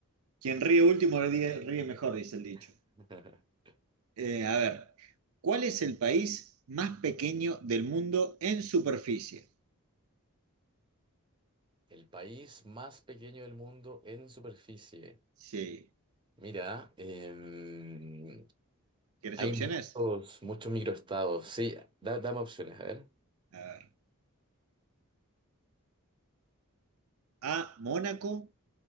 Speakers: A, on the right (about 70°); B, on the right (about 20°).
A: Quien ríe último ríe, ríe mejor, dice el dicho.
B: <laughs>
A: Eh, a ver, ¿cuál es el país más pequeño del mundo en superficie?
B: El país más pequeño del mundo en superficie.
A: Sí,
B: Mira, em,
A: ¿quieres
B: Hay
A: opciones?
B: muchos, muchos microestados. Sí, da- dame opciones, a ver.
A: A ver, A, Mónaco,